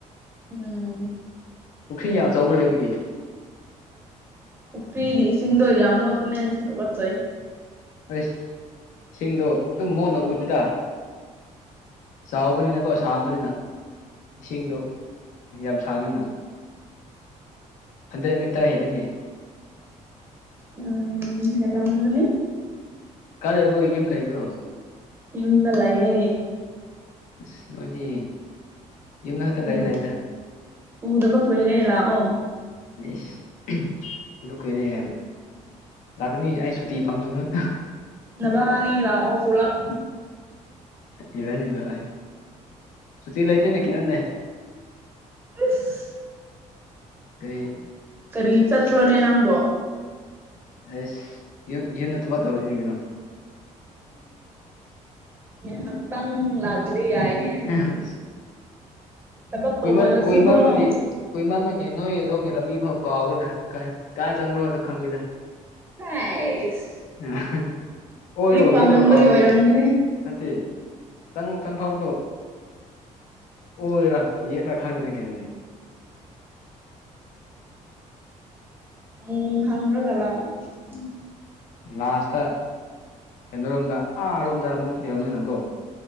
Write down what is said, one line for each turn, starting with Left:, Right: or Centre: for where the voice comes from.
Right: ꯎꯝ
Left: ꯄꯨꯈ꯭ꯔꯤ ꯌꯥꯝꯆꯧꯕ ꯂꯩꯕꯒꯤ
Right: ꯄꯨꯈ꯭ꯔꯤꯒꯤ ꯏꯁꯤꯡꯗꯣ ꯌꯥꯝ ꯃꯣꯠꯄꯅꯦ ꯇꯨꯀꯠꯆꯩ
Left: ꯑꯁ ꯁꯤꯡꯗꯣ ꯑꯗꯨꯝ ꯃꯣꯠꯅ ꯎꯗꯦꯗ ꯆꯥꯎꯕꯅꯤꯅꯀꯣ ꯁꯥꯡꯕꯅꯤꯅ ꯏꯁꯤꯡꯗꯣ ꯌꯥꯝ ꯁꯥꯡꯉꯤꯅ ꯍꯟꯗ꯭ꯔꯦꯠ ꯃꯤꯇꯔ ꯍꯦꯜꯂꯤꯅꯦ
Right: ꯎꯝ ꯍꯦꯜꯂꯝꯃꯅꯤ
Left: ꯀꯥꯏ ꯂꯩꯕ꯭ꯔꯣ ꯌꯨꯝ ꯂꯩꯕ꯭ꯔꯣ
Right: ꯌꯨꯝꯗ ꯂꯌꯦ
Left: ꯑꯁ ꯅꯣꯏꯗꯤ ꯌꯨꯝꯗ ꯈꯛꯇ ꯂꯩ
Right: ꯎ
Left: ꯂꯩꯏꯗ
Right: ꯎꯗꯕ ꯀꯨꯏꯔꯦ ꯂꯥꯛꯑꯣ
Left: ꯑꯦꯁ ꯎꯗ ꯀꯨꯏꯔꯦ ꯒꯥꯏꯅ ꯂꯥꯛꯀꯅꯤ ꯑꯩ ꯁꯨꯇꯤ ꯐꯪꯁꯨꯅ
Right: ꯅꯕꯥꯅꯤ ꯂꯥꯛꯑꯣ ꯄꯨꯂꯞ
Left: ꯏꯕꯅꯤ ꯂꯥꯎꯌꯦ ꯁꯨꯇꯤ ꯂꯩꯇꯦꯅꯦ ꯀꯩꯅꯣꯅꯦ
Right: ꯑꯁ
Left: ꯀꯩ
Right: ꯀꯔꯤ ꯆꯠꯄ꯭ꯔꯣꯅꯦ ꯅꯪꯕꯣ
Left: ꯑꯩꯁ ꯌꯨꯝ ꯌꯨꯝꯗ ꯊꯕꯛ ꯇꯧꯔꯤꯅꯦ ꯀꯩꯅꯣ
Right: ꯉꯥꯇꯪ ꯂꯛꯕꯗꯤ ꯌꯥꯏꯌꯦꯅꯦ
Left: <unintelligible>
Right: ꯊꯕꯛ
Left: ꯀꯨꯏꯃꯟ
Right: ꯇꯧꯃꯜꯂꯁꯨꯀꯣ
Left: ꯀꯨꯏꯃꯟꯕꯒꯤ ꯀꯨꯏꯃꯟꯕꯥ ꯑꯦ ꯅꯣꯏꯔꯣꯝꯒꯤ ꯂꯝꯕꯤ ꯐꯥꯎ ꯀꯥꯎꯔꯣꯏꯗ ꯀꯔ ꯀꯥꯏ ꯆꯪꯕ꯭ꯔꯣ ꯍꯥꯏꯗꯣ ꯈꯪꯗꯦꯗ
Right: ꯍꯁ
Left: <unintelligible> ꯑꯣꯏꯔꯣ
Right: ꯄꯥꯝꯃꯟꯕꯒꯤ
Left: ꯌꯦꯂꯣ ꯀꯥꯎꯔꯦꯅꯦ
Right: ꯑꯣꯏꯔꯝꯒꯅꯤ
Left: ꯅꯠꯇꯦ ꯆꯪꯉꯨꯛ ꯆꯪꯐꯝꯗꯣ ꯑꯣꯏꯔꯥ ꯉꯦꯠꯂꯥꯥ <unintelligible>
Right: ꯎꯝ ꯍꯪ꯭ꯗꯔꯒ <unintelligible>
Left: ꯂꯥꯁꯇ ꯀꯩꯅꯣꯔꯣꯝꯗ ꯑꯥꯔꯣꯝꯗ ꯑꯃꯨꯛ ꯂꯩꯔꯝꯅꯤꯅꯪꯀꯣ